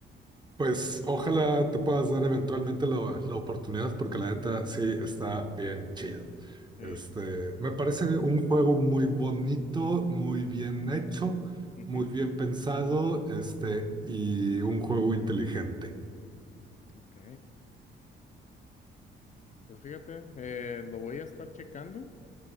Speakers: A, on the right (about 20°); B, on the left (about 40°).
A: Pues ojalá te puedas dar eventualmente la, la oportunidad porque la neta sí está bien chido.
B: Eh,
A: Este, me parece un juego muy bonito, muy bien hecho,
B: ujú,
A: muy bien pensado, este, y un juego inteligente.
B: ok. Pues fíjate, eh, lo voy a estar checando.